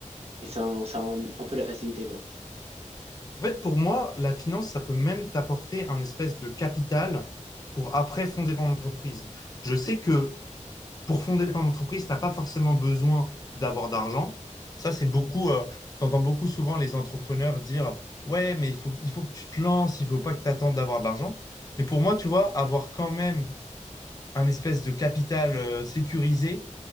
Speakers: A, on the right (about 50°); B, on the left (about 30°).
A: et c'est un, c'est un, un peu la facilité, quoi.
B: En fait, pour moi, la finance, ça peut même t'apporter un espèce de capital pour après fonder ton entreprise. Je sais
A: Mm.
B: que pour fonder ton entreprise, tu n'as pas forcément besoin d'avoir d'argent. Ça, c'est beaucoup, tu entends beaucoup souvent les entrepreneurs dire, ouais, mais il faut, il faut que tu te lances, il ne faut pas que tu attendes d'avoir de l'argent. Mais pour moi, tu vois, avoir quand même un espèce de capital euh, sécurisé,